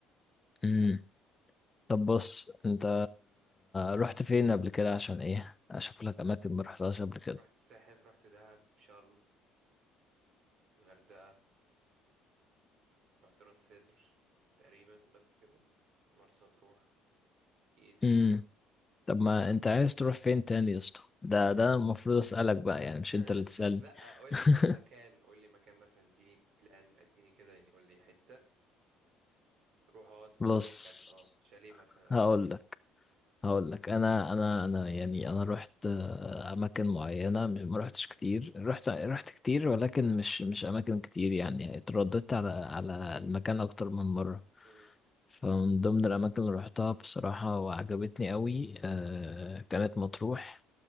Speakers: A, on the left; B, on the right.
A: امم طب بص انت رحت فين قبل كده عشان ايه اشوف لك اماكن ما رحتهاش قبل
B: بص رحت الساحل رحت دهب شرم الغردقه رحت راس سدر تقريبا بس كده مرسى مطروح في ايه تاني
A: كده طب ما انت عايز تروح فين تاني يا اسطى ده ده المفروض اسالك بقى يعني
B: <laughs>
A: مش انت اللي تسالني
B: لا قول
A: <laughs>
B: لي طيب مكان قول لي مكان مثلا اديني بلان اديني كده يعني قول لي حته روح اقعد في
A: بص
B: مكان كذا اه شاليه مثلا او
A: هقول
B: كده
A: لك هقول لك انا انا انا يعني انا رحت آه، اماكن معينه م- ما رحتش كتير رحت رحت كتير ولكن مش مش اماكن كتير يعني اترددت على على المكان اكتر من مره
B: امم
A: فمن ضمن الاماكن اللي رحتها بصراحه وعجبتني قوي آه، كانت مطروح